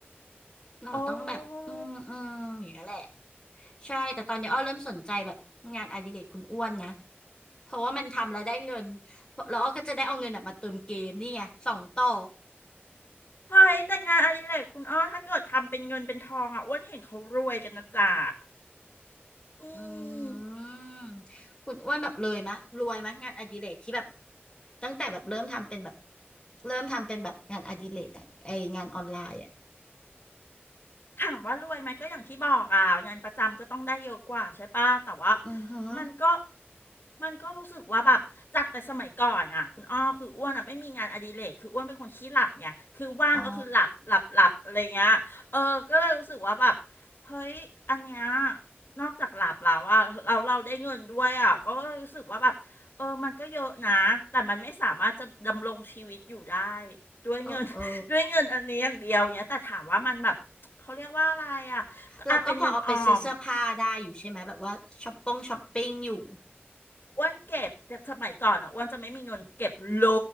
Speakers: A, on the left; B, on the left.
A: เราต้องแบบอืมอืมอย่างเงี้ยแหละ
B: โอ้
A: ใช่แต่ตอนนี้อ้อเริ่มสนใจแบบงานอดิเรกคุณอ้วนนะเพราะว่ามันทำแล้วได้เงินแล้วอ้อก็จะได้เอาเงินน่ะมาเติมเกมนี่ไงสองต่อ
B: เฮ้ยแต่งานอดิเรกคุณอ้อถ้าเกิดทำเป็นเงินเป็นทองอ่ะอ้วนเห็นเขารวยกันนะจ๋าอื
A: อื
B: ม
A: มคุณอ้วนแบบเลยมะรวยมะงานอดิเรกที่แบบตั้งแต่แบบเริ่มทำเป็นแบบเริ่มทำเป็นแบบงานอดิเรกอะไองานออนไลน์อะ
B: ถามว่ารวยไหมก็อย่างที่บอกอ่ะงานประจำก็ต้องได้เยอะกว่าใช่ปะแต่ว่า
A: อือหือ
B: มันก็มันก็รู้สึกว่าแบบจากแต่สมัยก่อนอ่ะคุณอ้อคืออ้วนอ่ะไม่มีงานอดิเรกคืออ้วนเป็นคนขี้หลับไงคือว่างก็คือหลับหลับหลับอะไรเงี้ยเออก็เลยรู้สึกว่าแบบ
A: อ๋อ
B: เฮ้ยอันเนี้ยนอกจากหลับแล้วอ่ะเราเราได้เงินด้วยอ่ะก็รู้สึกว่าแบบเออมันก็เยอะนะแต่มันไม่สามารถจะดำรงชีวิตอยู่ได้ด้วยเงิน
A: เออเออ
B: <laughs> ด้วยเงินอันนี้อย่างเดียวเนี้ยแต่ถามว่ามันแบบ เขาเรียกว่าอะไรอ่ะก็อ่ะเป็นเงินออม
A: เราก็พอเอาไปซื้อเสื้อผ้าได้อยู่ใช่ไหมแบบว่าช้อปปงช้อปปิ้งอยู่
B: อ้วนเก็บแต่สมัยก่อนอ่ะอ้วนจะไม่มีเงินเก็บเล